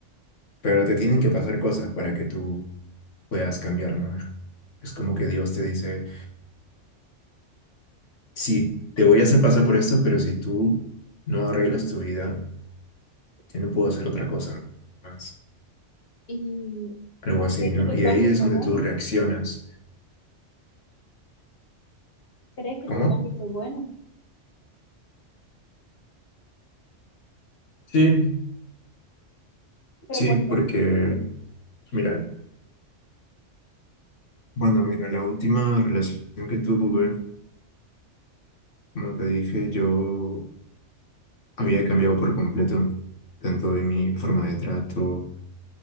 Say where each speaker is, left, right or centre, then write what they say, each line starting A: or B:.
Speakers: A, on the left; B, on the left.
A: pero te tienen que pasar cosas para que tú puedas cambiar, ¿no? Es como que Dios te dice, sí, te voy a hacer pasar por esto, pero si tú no arreglas tu vida, que no puedo hacer otra cosa más,
B: ¿Y
A: algo
B: vos
A: así,
B: crees
A: ¿no?
B: que tu
A: Y
B: cambio
A: ahí es
B: fue
A: donde
B: bueno?
A: tú reaccionas.
B: ¿Crees que
A: ¿Cómo?
B: tu cambio fue bueno?
A: Sí,
B: Pero
A: sí,
B: ¿por qué?
A: porque, mira, bueno, mira, la última relación que tuve, como te dije, yo había cambiado por completo, tanto en mi forma de trato